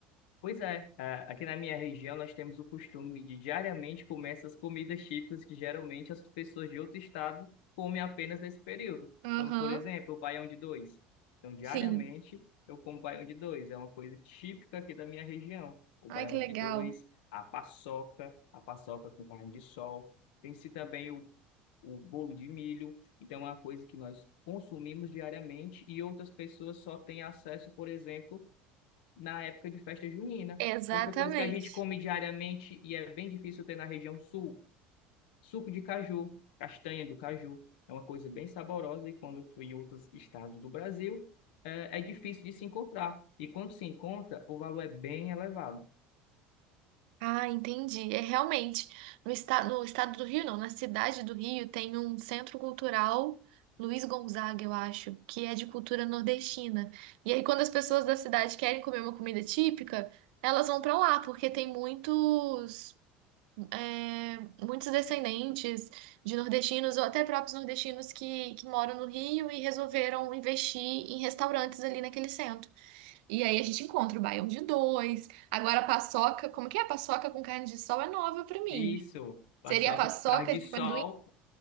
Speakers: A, on the left; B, on the right.
A: Pois é, é, aqui na minha região nós temos o costume de diariamente comer essas comidas típicas que geralmente as pessoas de outro estado comem apenas nesse período,
B: Aham,
A: como por exemplo o baião de dois. Então diariamente
B: sim.
A: eu como baião de dois, é uma coisa típica aqui da minha região. O
B: Ai,
A: baião
B: que legal.
A: de dois, a paçoca, a paçoca com carne de sol, tem-se também o, o bolo de milho, então é uma coisa que nós consumimos diariamente e outras pessoas só têm acesso, por exemplo, na época de festa junina.
B: Exatamente.
A: Outra coisa que a gente come diariamente e é bem difícil ter na região sul, suco de caju, castanha do caju. É uma coisa bem saborosa e quando eu fui em outros estados do Brasil, é, é difícil de se encontrar. E quando se encontra, o valor é bem elevado.
B: Ah, entendi. É realmente. No estado, no estado do Rio, não, na cidade do Rio, tem um centro cultural Luiz Gonzaga, eu acho, que é de cultura nordestina. E aí, quando as pessoas da cidade querem comer uma comida típica, elas vão pra lá, porque tem muitos, é, muitos descendentes de nordestinos, ou até próprios nordestinos que, que moram no Rio e resolveram investir em restaurantes ali naquele centro. E aí a gente encontra o baião de dois. Agora a paçoca, como que é? A paçoca com carne de sol é nova pra mim.
A: Isso, paçoca
B: Seria a paçoca
A: com carne de
B: de
A: sol.
B: amendoim?